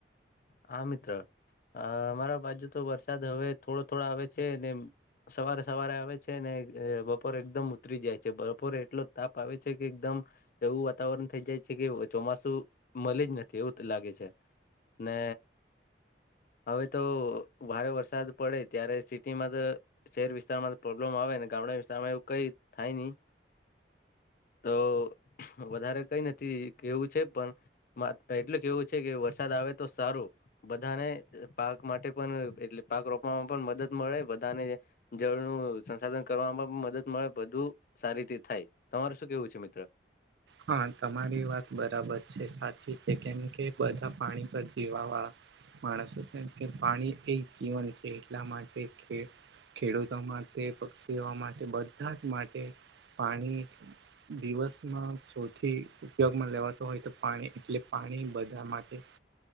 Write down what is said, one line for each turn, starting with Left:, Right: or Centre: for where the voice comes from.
Left: હા મિત્ર અ અમારા બાજુ તો વરસાદ હવે થોડો થોડો આવે છે ને. સવારે સવારે આવે છે ને બપોરે એકદમ ઉતરી જાય છે. બપોરે એટલો તાપ આવે છે કે એકદમ એવું વાતાવરણ થઈ જાય છે કે ચોમાસું મલે જ નથી એવું લાગે છે. ને હવે તો ભારે વરસાદ પડે ત્યારે સિટીમાં તો શહેર વિસ્તારમાં તો પ્રોબ્લેમ આવે ને ગામડા વિસ્તારમાં એવું કઈ થાય ની. તો વધારે કઈ નથી કેવું છે પન માં એટલે કેવું છે કે વરસાદ આવે તો સારું. બધાને પાક માટે પણ એટલે પાક રોપવામાં પણ મદદ મળે બધાને જળનું સંસાધન કરવામાં મદદ મળે બધું. સારી રીતે થાય. તમારું શું કેવું છે મિત્ર?
Right: હા તમારી વાત બરાબર છે. સાચી છે. કેમ કે બધા પાણી પર જીવાવાળા માણસ શું કે પાણી એક જીવન છે એટલા માટે કે ખેડૂતો માટે, પક્ષીઓ માટે, બધા જ માટે પાણી દિવસમાં સૌથી ઉપયોગમાં લેવાતો હોય તો પાણી એટલે પાણી બધા માટે